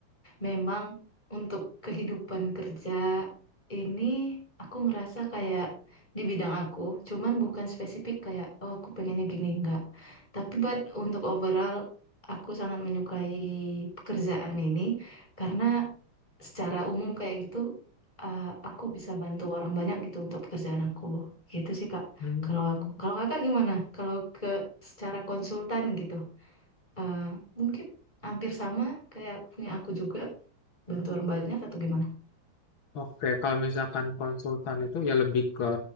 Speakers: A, on the left (about 20°); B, on the left (about 75°).
A: memang untuk kehidupan kerja ini aku ngerasa kayak di bidang aku, cuman bukan spesifik kayak oh aku pengennya gini enggak. Tapi buat untuk overall aku sangat menyukai pekerjaan ini karena secara umum kayak gitu uh, aku bisa bantu orang banyak gitu untuk pekerjaan aku. Gitu sih Kak.
B: Hmm,
A: Kalau aku. Kalau Kakak gimana? Kalau ke secara konsultan gitu eh, mungkin hampir sama kayak punya aku juga bantu orang banyak atau gimana?
B: Oke, kalau misalkan konsultan itu ya lebih ke